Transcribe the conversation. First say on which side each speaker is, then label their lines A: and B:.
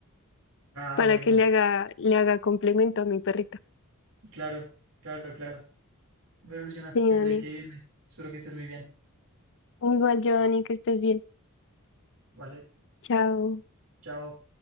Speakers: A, on the right; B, on the left.
A: Ah,
B: para
A: bueno,
B: que le haga, le haga complemento a mi perrita.
A: claro, claro, claro. Bueno, Luciana,
B: Sí,
A: tendré
B: Dani.
A: que irme. Espero que estés muy bien.
B: Igual yo, Dani, que estés bien.
A: Vale,
B: Chao.
A: chao.